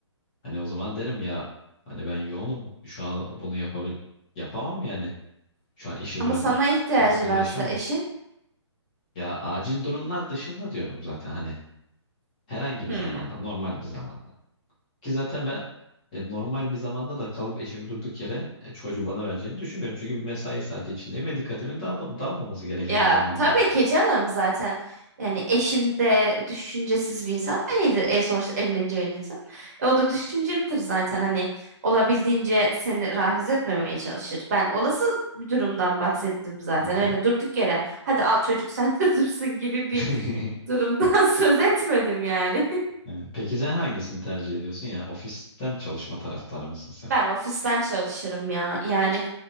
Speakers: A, on the left (about 15°); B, on the right (about 35°).
A: Hani o zaman derim ya hani ben yoğunum. Şu an bunu yapabil yapamam yani. Şu an işi
B: Ama
A: bırakıp
B: sana ihtiyacı
A: çocukla uğraşamam.
B: varsa eşin.
A: Ya acil durumlar dışında diyorum zaten hani herhangi bir
B: Hmm.
A: zamanda normal bir zamanda. Ki zaten ben e, normal bir zamanda da kalıp eşimi durduk yere e, çocuğu bana vereceğini düşünmüyorum. Çünkü mesai saati içindeyim ve dikkatimin dağıl- dağılmaması gereken
B: Ya
A: bir zamandayım.
B: tabii ki canım zaten yani eşin de düşüncesiz bir insan değildir. E sonuçta evleneceğin insan. E, o da düşüncelidir zaten hani olabildiğince seni rahatsız etmemeye çalışır. Ben olası bir durumdan bahsettim zaten.
A: Hı hı.
B: Öyle durduk yere hadi al çocuk sen de <laughs> dursun gibi bir
A: <laughs>
B: durumdan <laughs> söz etmedim yani. <laughs>
A: Evet. Peki sen hangisini tercih ediyorsun ya? Ofisten çalışma taraftarı mısın sen?
B: Ben ofisten çalışırım ya. Yani